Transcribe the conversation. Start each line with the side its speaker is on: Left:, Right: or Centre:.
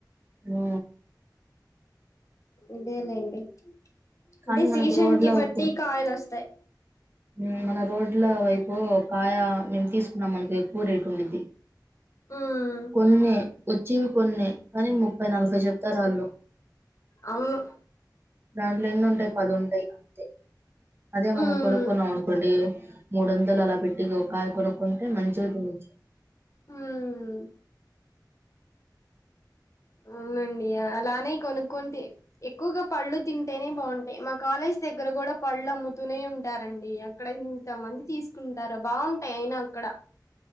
Right: ఆ
Left: ఇదేలేండి
Right: కానీ
Left: అంటే సీజన్కి
Right: మనకు రోడ్ల వైపు
Left: బట్టి కాయలస్ థై
Right: ఉమ్ మన రోడ్ల వైపు కాయ మేము తీసుకున్నాం అనకో ఎక్కువ రేట్ ఉంద్ది
Left: ఉమ్
Right: కొన్ని వచ్చేవి కొన్ని కానీ ముప్పై నలభై చెప్తారాళ్ళు
Left: అవును
Right: దాంట్లో ఎన్ని ఉంటయి పది ఉంటయి అంతే అదే మనం
Left: ఉమ్
Right: కొనుక్ మనుకోండి మూడు వందలు అలా పెట్టి కాయ కొనుక్కుంటే మంచిగా తినచ్చు
Left: ఉమ్ అవునండి అలానే కొనుక్కోనీ థిన్ ఎక్కువగా పళ్ళు తింటేనే బాంటయి మా కాలేజ్ దగ్గర కూడా పళ్ళు అమ్ముతూనే ఉంటారండి అక్కడ ఇంతమంది తీసుకుంటారు బాగుంటయి అయినా అక్కడ